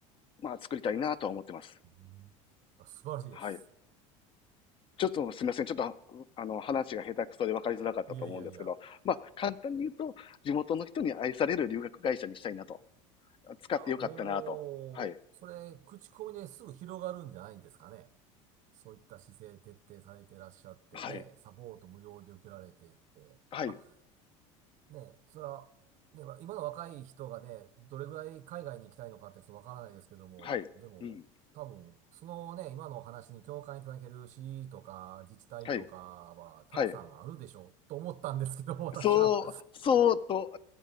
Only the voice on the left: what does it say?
まあ、作りたいなとは思ってます。
はい。ちょっとすみません。ちょっと、あの、話が下手くそで分かりづらかったと思うんですけど、
まあ、簡単に言うと、地元の人に愛される留学会社にしたいなと。使ってよかったなと。
はい。
はい。
はい。
はい。
うん。
はい。はい。
そう、そうと、